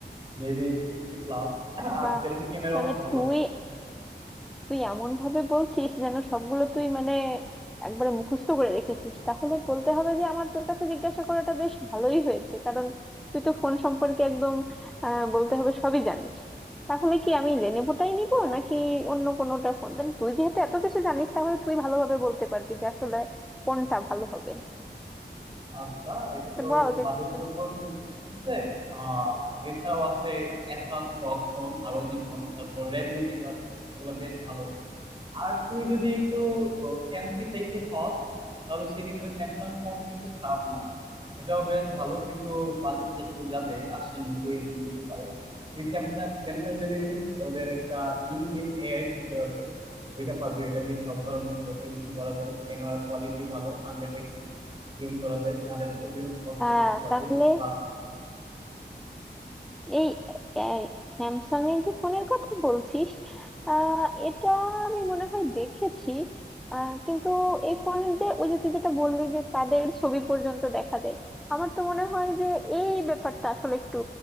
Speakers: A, on the right; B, in the centre.
A: মেবি সিক্সটি প্লাস আর
B: বাহ
A: সেলফি ক্যামেরাও
B: মানে
A: ভালো
B: তুই তুই এমন ভাবে বলছিস যেন সবগুলো তুই মানে একবারে মুখস্থ করে রেখেছিস তাহলে বলতে হবে যে আমার তোর কাছে জিজ্ঞাসা করাটা বেশ ভালোই হয়েছে কারণ তুই তো ফোন সম্পর্কে একদম আহ বলতে হবে সবই জানিস তাহলে কি আমি লেনেভোটাই নিব নাকি অন্য কোনোটা ফোন দেন তুই যেহেতু এত কিছু জানিস তাহলে তুই ভালোভাবে বলতে পারবি যে আসলে কোনটা ভালো হবে
A: আচ্ছা এটা
B: তো
A: তো
B: বল যে
A: বাজেটের
B: কোনটা নিয়ে-
A: উপর নির্ভর করতেছে আহ এছাড়াও আছে এসাস রগ ফোন আরো জি ফোন তারপর রেডমি দিকেও আছে এগুলো বেশ ভালো আর তুমি যদি একটু ফ্যান্সি টাইপের হও তাহলে সেক্ষেত্রে স্যামসাং ফোন কিন্তু খারাপ না এটাও বেশ ভালো কিন্তু বাজেটটা একটু যাবে আশি নব্বই এরকম যেতে পারে তুই স্যামসাং স্যামসাং যদি নিস ওদের একটা ইনবিল্ট এআই ফিচার আছে ওইটা পাবি ওইটা দিয়ে সব ধরনের ফটো এডিটিং করা যায় ক্যামেরা কোয়ালিটিও ভালো হান্ড্রেড এক্স জুম করা যায় চাঁদের ছবিও স্পষ্ট
B: হ্যাঁ
A: দেখতে পারবি
B: তাহলে
A: প্লাস
B: এই স্যামসাং এর যে ফোনের কথা বলছিস আহ এটা আমি মনে হয় দেখেছি আহ, কিন্তু এই ফোনের যে ওই যে তুই যেটা বললি যে চাঁদের ছবি পর্যন্ত দেখা যায় আমার তো মনে হয় যে এই ব্যাপারটা আসলে একটু